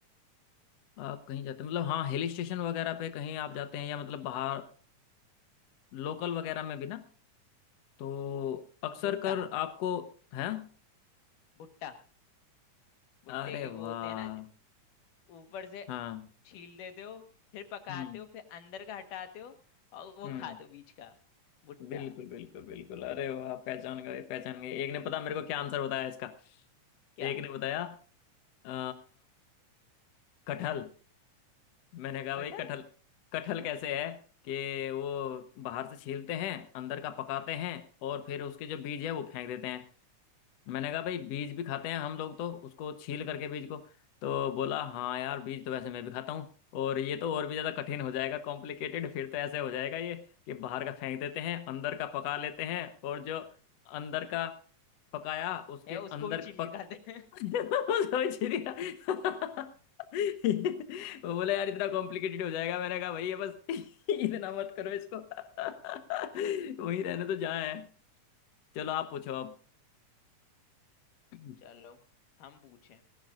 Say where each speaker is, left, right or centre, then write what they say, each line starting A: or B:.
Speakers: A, on the left; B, on the left.
A: आप कहीं जाते हैं मतलब हाँ हिल स्टेशन वगैरह पे कहीं आप जाते हैं या मतलब बाहर लोकल वगैरह में भी ना तो अक्सर
B: भुट्टा
A: कर आपको है
B: भुट्टा भुट्टे
A: अरे
B: के वो
A: वाह
B: होते हैं ना जो ऊपर से
A: हाँ
B: छील देते हो फिर पकाते
A: हम्म
B: हो फिर अंदर का हटाते हो और वो
A: हम्म
B: खाते हो बीच का भुट्टा
A: बिल्कुल बिल्कुल बिल्कुल अरे वाह पहचान गए पहचान गए एक ने पता मेरे को क्या आंसर बताया इसका
B: क्या
A: एक ने बताया आ, कटहल मैंने कहा
B: कटहल
A: भाई कटहल कटहल कैसे है कि वो बाहर से छीलते हैं अंदर का पकाते हैं और फिर उसके जो बीज है वो फेंक देते हैं मैंने कहा भाई बीज भी खाते हैं हम लोग तो उसको छील करके बीज को तो बोला हाँ यार बीज तो वैसे मैं भी खाता हूँ और ये तो और भी ज़्यादा कठिन हो जाएगा कॉम्प्लिकेटेड फिर तो ऐसे हो जाएगा ये कि बाहर का फेंक देते हैं अंदर का पका लेते हैं और जो अंदर का पकाया उसके
B: है
A: अंदर
B: उसको भी छील
A: पक
B: के खाते हैं
A: <laughs> समझ लिया <laughs> वो बोला यार इतना कॉम्प्लिकेटेड हो जाएगा मैंने कहा भैया बस <laughs> इतना मत करो इसको <laughs> वहीं रहने तो जहाँ है चलो आप पूछो अब <clears throat>
B: <laughs> चलो हम पूछें